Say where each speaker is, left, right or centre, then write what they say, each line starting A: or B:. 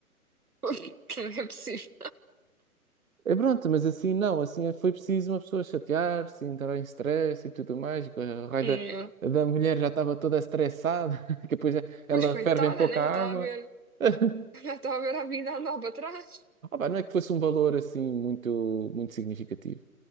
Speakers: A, on the right; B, on the right.
A: <laughs> Não é possível.
B: É pronto, mas assim não, assim é, foi preciso uma pessoa chatear-se, assim, entrar em stress e tudo mais, e que a raio
A: Yeah.
B: da, da mulher já estava toda estressada, <laughs> que depois ela
A: Pois coitada,
B: ferve em pouca
A: né? Já
B: água.
A: estava a ver,
B: <laughs>
A: <laughs> já estava a ver a vida a andar para trás.
B: Opa, não é que fosse um valor assim muito, muito significativo.